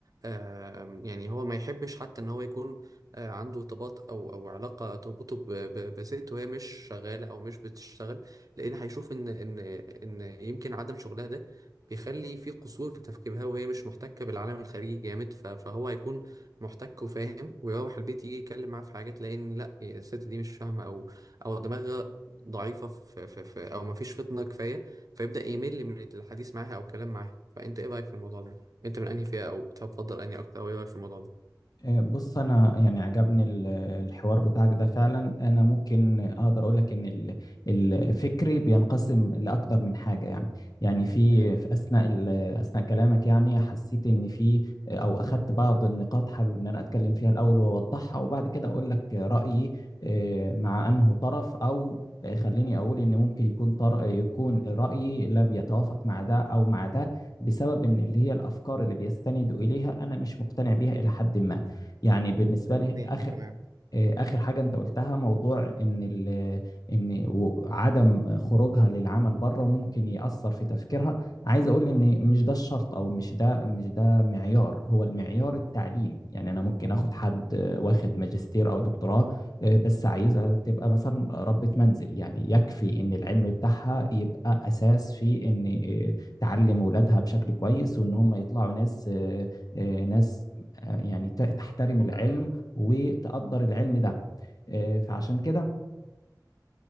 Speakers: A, on the right; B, on the left.
A: آم، يعني هو ما يحبش حتى ان هو يكون آه، عنده ارتباط او او علاقه تربطه ب... ب... بست وهي مش شغاله او مش بتشتغل لان هيشوف ان ان ان يمكن عدم شغلها ده بيخلي في قصور في تفكيرها وهي مش محتكه بالعالم الخارجي جامد ف... فهو هيكون محتك وفاهم ويروح البيت يجي يتكلم معاه في حاجة تلاقي ان لا الست دي مش فاهمة او او دماغها ضعيفة في في في او ما فيش فطنة كفاية فيبدأ يمل من الحديث معاها او الكلام معاها فانت ايه رأيك في الموضوع ده انت من انهي فئة او بتفضل انهي اكتر او ايه رأيك في الموضوع ده
B: آه، بص انا يعني عجبني ال- الحوار بتاعك ده فعلا انا ممكن اقدر اقول لك ان ال- الفكري بينقسم لاكتر من حاجه يعني يعني في
A: مم.
B: في اثناء ال- اثناء كلامك يعني حسيت ان في او اخدت بعض النقاط حابب ان انا اتكلم فيها الاول واوضحها وبعد كده اقول لك رايي آه، مع انه طرف او آه، خليني اقول ان ممكن يكون طر... يكون رايي لا بيتوافق مع ده او مع ده بسبب ان اللي هي الافكار اللي بيستندوا اليها انا مش مقتنع بيها الى حد ما يعني بالنسبه لي
A: الاثنين
B: اخر
A: تمام
B: آه، آخر حاجة أنت قلتها موضوع إن ال إن و- عدم خروجها للعمل بره ممكن يأثر في تفكيرها عايز أقول إن مش ده الشرط أو مش ده مش ده معيار هو المعيار التعليم يعني أنا ممكن آخد حد آه، واخد ماجستير أو دكتوراه آه، بس عايزة تبقى مثلا ربة منزل يعني يكفي إن العلم بتاعها يبقى أساس في إن آه، تعلم ولادها بشكل كويس وإن هم يطلعوا ناس آه، آه، ناس آه، يعني ت- تحترم العلم وتقدر العلم ده آه، فعشان كده